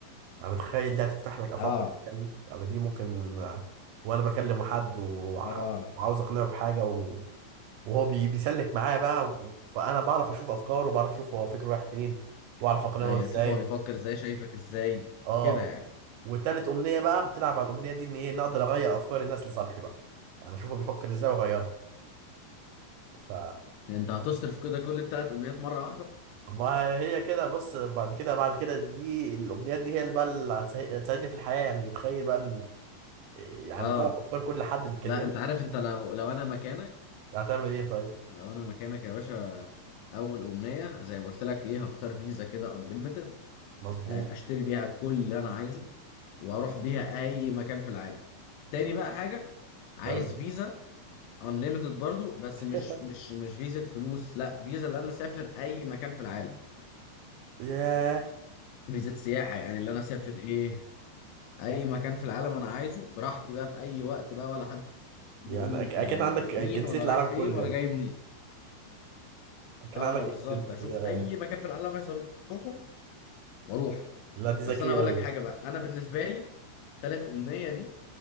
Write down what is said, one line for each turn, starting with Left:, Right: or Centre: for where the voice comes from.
Right: يعني تخيل ده هتفتح لك افاق
Left: اه
Right: يعني يعني دي ممكن آه، وانا بكلم حد وح-
Left: اه
Right: وعاوز اقنعه بحاجه و... وهو بي... بيسلك معايا بقى و... فانا بعرف اشوف افكاره وبعرف اشوف هو فكره رايح فين واعرف اقنعه
Left: ايوه
Right: ازاي
Left: شوف هو بيفكر ازاي شايفك ازاي
Right: اه
Left: كده يعني
Right: وتالت امنيه بقى بتلعب على الامنيه دي ان ايه نقدر اغير افكار الناس لصالحي بقى يعني اشوفه بيفكر ازاي واغيرها ف
Left: يعني انت هتصرف كده كل الثلاث امنيات مرة واحدة
Right: ما هي كده بص بعد كده بعد كده دي الامنيات دي هي اللي بقى اللي هتسه- هتساعدني في الحياه يعني تخيل بقى ان يعني
Left: اه
Right: تعرف افكار كل حد بتكلمه
Left: لا انت عارف انت لو لو انا مكانك
Right: هتعمل ايه طيب
Left: لو انا مكانك يا باشا اول امنيه زي ما قلت لك ايه هختار فيزا كده انليميتد
Right: مظبوط
Left: اشتري بيها كل اللي انا عايزه واروح بيها اي مكان في العالم تاني بقى حاجه عايز
Right: يلا
Left: فيزا انليميتد برضو بس
Right: <laughs>
Left: مش مش مش فيزا فلوس لا فيزا اللي انا اسافر اي مكان في العالم
Right: ياه
Left: فيزا سياحه يعني اللي انا اسافر ايه اي مكان في العالم انا عايزه براحتي بقى في اي وقت بقى ولا حد
Right: يعني
Left: يقول لي
Right: أك-
Left: انت
Right: اكن عندك جنسيه
Left: مين ولا
Right: العالم
Left: رايح فين
Right: كله
Left: ولا
Right: يعني
Left: جاي منين
Right: اكن
Left: اه
Right: عندك
Left: بالظبط
Right: جن-
Left: اشوف
Right: آه،
Left: اي مكان في العالم عايز اروحه واروح
Right: لا دي ذكيه
Left: بس انا اقول
Right: قوي
Left: لك حاجه بقى انا بالنسبه لي تلات امنيه دي